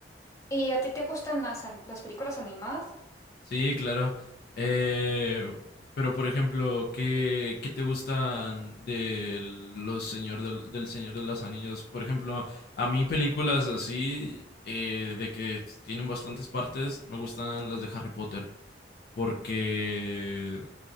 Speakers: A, on the left; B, on the left.
A: ¿Y a ti te gustan las, an- las películas animadas?
B: Sí, claro. Eh, pero, por ejemplo, ¿qué, qué te gustan de los señor del, del Señor de los Anillos? Por ejemplo, a mí películas así, eh, de que tienen bastantes partes, me gustan las de Harry Potter, porque